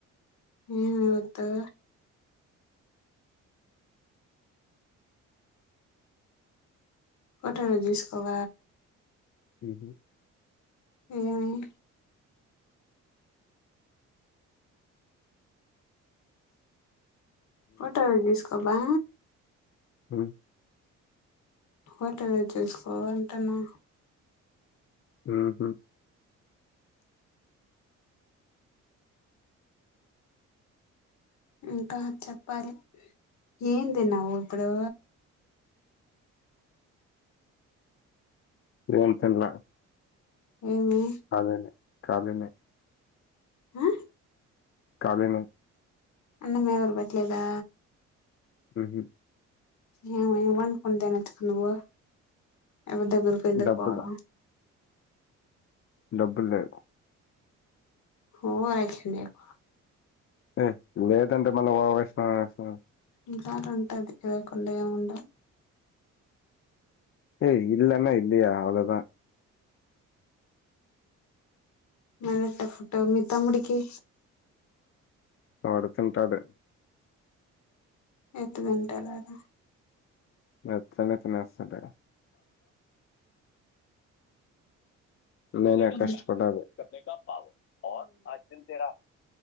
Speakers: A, on the left (about 65°); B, on the left (about 45°).
A: ఏం వద్దు ఫోటోలొ చూసుకోవ
B: హూ మ్
A: ఏమైంది మటాగిస్కుకం బా
B: <inaudible>
A: హోటల్ చూసుకోవాలంటున్నా
B: హూ హుం
A: ఇంకా చెప్పాలి ఏం తిన్నావ్ ఇప్పుడు
B: ఏేం తిన్లా
A: ఏమి
B: అదనే కాలినే
A: హ
B: కాలినే
A: అన్నము ఎవరు పెట్టలేదా
B: హూ హుం
A: ఏ ఎం వండుకొని తినచ్చుకుందువు ఎవరి దగ్గరకి ఎందుకు
B: డబ్బులు
A: పావ్
B: డబ్బులు లేవ్
A: ఓవరాక్షన్ చేయకు
B: ఏ లేదంటే మళ్ళ ఓవరాక్షన్ చేస్తావ్
A: ఇంకాా రుంటది అది లేకుండా ఏం ఉండ
B: ఏయి ఇల్నా యిదియ గదా అలదా
A: మలెట్టా ఫుడ్ మీ తమ్ముడికి
B: ఆడు తింటాడు
A: ఎట్ట తింటాడు ఆడ
B: నచ్చ నీ తినేస్తాడు నేనే
A: ఉమ్
B: కష్ట పడాలి క పావ ఓ అర్జున్ తేడా